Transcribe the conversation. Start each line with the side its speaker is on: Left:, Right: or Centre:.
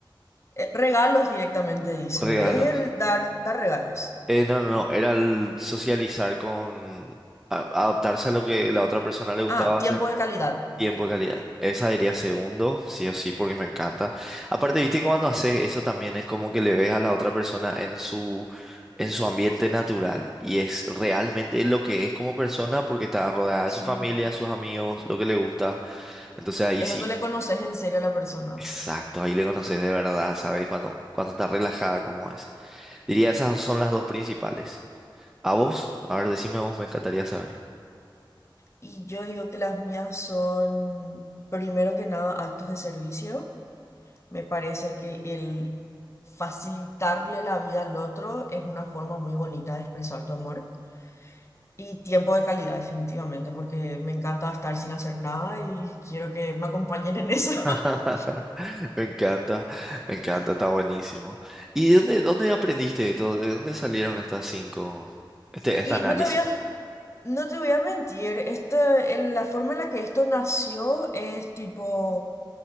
Left: Eh, Regalos directamente dice.
Centre: Regalos.
Left: Es el dar, dar regalos.
Centre: Eh, no, no, no, era el socializar con a- adaptarse a lo que la otra persona le gustaba
Left: Ah,
Centre: hacer.
Left: tiempo de calidad.
Centre: Tiempo de calidad. Esa diría segundo, sí o sí, porque me encanta. Aparte, viste que cuando haces eso también es como que le ves a la otra persona en su, en su ambiente natural y es realmente lo que es como persona porque está rodeada
Left: Sí.
Centre: de su familia, sus amigos, lo que le gusta. Entonces ahí
Left: Es
Centre: sí,
Left: donde le conoces en serio a la persona.
Centre: exacto, ahí le conoces de verdad, ¿sabes? Cuando, cuando está relajada como es. Diría esas son las dos principales. ¿A vos? A ver, decime vos, me encantaría saber.
Left: Y yo digo que las mías son, primero que nada, actos de servicio. Me parece que el facilitarle la vida al otro es una forma muy bonita de expresar tu amor. Y tiempo de calidad, definitivamente, porque me encanta estar sin hacer nada y quiero que me acompañen en eso. <laughs>
Centre: <laughs> Me encanta, me encanta, está buenísimo. ¿Y de dónde, dónde aprendiste esto? ¿De dónde salieron estas cinco, este, este
Left: Y
Centre: análisis?
Left: no te voy a, no te voy a mentir, este, el- la forma en la que esto nació es tipo,